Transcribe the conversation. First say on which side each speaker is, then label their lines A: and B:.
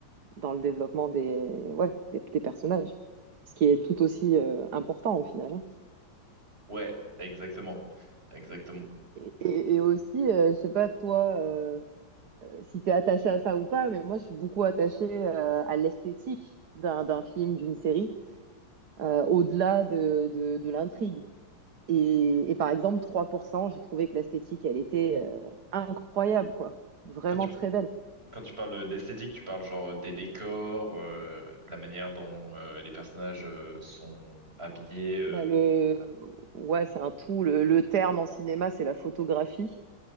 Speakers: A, on the right (about 55°); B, on the right (about 30°).
A: dans le développement des, ouais, des, des personnages. Ce qui est tout aussi euh, important au final. hein.
B: Ouais, exactement. Exactement.
A: Et, et- et aussi, euh, je ne sais pas toi euh, si tu es attaché à ça ou pas, mais moi je suis beaucoup attachée euh, à l'esthétique d'un d'un film, d'une série, euh, au-delà de, de, de l'intrigue. Et, et par exemple, trois pour cent j'ai trouvé que l'esthétique, elle était euh, incroyable, quoi. Vraiment
B: Quand tu,
A: très belle.
B: quand tu parles d'esthétique, tu parles genre des décors, euh, de la manière dont euh, les personnages euh, sont habillés. euh,
A: Bah le... Ouais, c'est un tout. Le, le terme en cinéma, c'est la photographie.